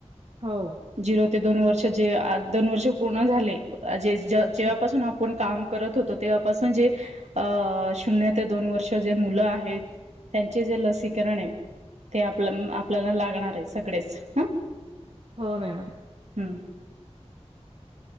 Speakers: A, on the right; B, on the right.
A: हाऊ,
B: <unintelligible>
A: हो
B: आपण काम करत होतो. तेव्हापासून जे अ शून्य ते दोन वर्ष जे मुल आहेत. त्यांचे जे लसीकरण आहे. ते आपल्या आपल्याला लागणार आहे. सगळेच हा,
A: हो, मॅडम
B: हम्म,